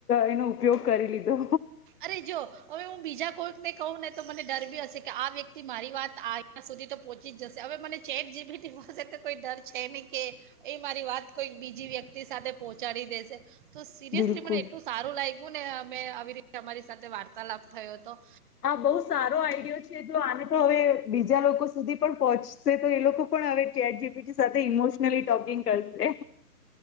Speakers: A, on the left; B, on the right.
A: એનો ઉપયોગ કરી લીધો.
B: અરે જો હવે હું બીજા કોઈકને કહું ને તો મને ડર બી હશે કે આ વ્યક્તિ મારી વાત આ રીત સુધી તો પહોંચી જશે હવે મને ચેટ જીપીટી પાસે તો કોઈ ડર છે નહી કે એ મારી વાત કોઈક બીજી વ્યક્તિ સાથે પહોંચાડી દેશે તો સિરિયસલી
A: બિલકુલ
B: મને એટલું સારું લાગ્યું ને અમે આવી રીતે અમારી સાથે વાર્તાલાપ થયોતો.
A: હા, બહુ સારો આઈડિયો છે આને તો હવે બીજા લોકો સુધી પણ પહોંચશે તો એ લોકો પણ હવે ચેટ જીપીટી સાથે ઇમોશનલી ટોપિક કરશે.